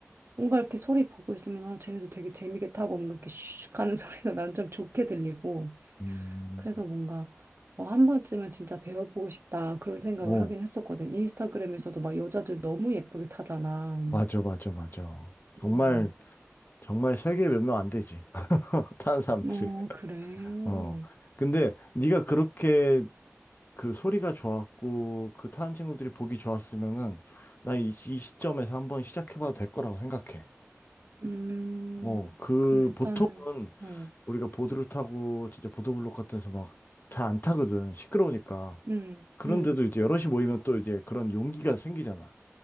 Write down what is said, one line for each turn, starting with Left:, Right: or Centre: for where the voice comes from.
Right: 뭔가 이렇게 소리 보고 있으면 아, 쟤네도 되게 재미있게 타고 뭔가 이렇게 슉 하는 <laughs> 소리가 난 좀 좋게 들리고
Left: 음,
Right: 그래서 뭔가 어, 한 번쯤은 진짜 배워보고 싶다 그런 생각을
Left: 어,
Right: 하긴 했었거든. 인스타그램에서도 막 여자들 너무 예쁘게 타잖아.
Left: 맞아, 맞아, 맞아. 정말,
Right: 음.
Left: 정말 세계 몇 명 안 되지. <laughs> 다는 사람들이.
Right: 어, 그래.
Left: 어. 근데 네가 그렇게 그 소리가 좋았고 그 타는 친구들이 보기 좋았으면은 난 이 시점에서 한번 시작해봐도 될 거라고 생각해.
Right: 음,
Left: 어, 그
Right: 그럼 일단은,
Left: 보통은
Right: 어,
Left: 우리가 보드를 타고 진짜 보도블록 같은 데서 막 잘 안 타거든. 시끄러우니까.
Right: 음,
Left: 그런데도
Right: 음,
Left: 이제 여럿이 모이면 또 이제 그런 용기가 생기잖아.